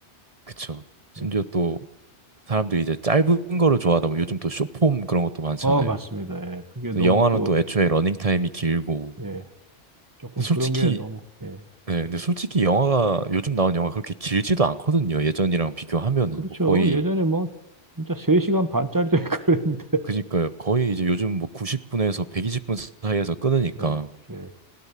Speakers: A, on the right; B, on the right.
A: 그쵸.
B: 네.
A: 심지어 또 사람들이 이제 짧은 거를 좋아하다 보면 요즘 또 숏폼 그런 것도 많잖아요.
B: 어, 맞습니다. 예. 그게 너무
A: 그래서 영화는
B: 또,
A: 또 애초에 러닝타임이 길고.
B: 예, 조금
A: 근데 솔직히,
B: 그런 게 너무, 예.
A: 네, 근데 솔직히 영화가, 요즘 나온 영화 그렇게 길지도 않거든요. 예전이랑 비교하면은.
B: 그렇죠.
A: 뭐 거의,
B: 예전에 뭐, 진짜 3시간 반짜리도 있고 그랬는데,
A: 그니까요. 거의 이제 요즘 뭐 90분에서 120분 사이에서 끊으니까.
B: <laughs> 예, 예.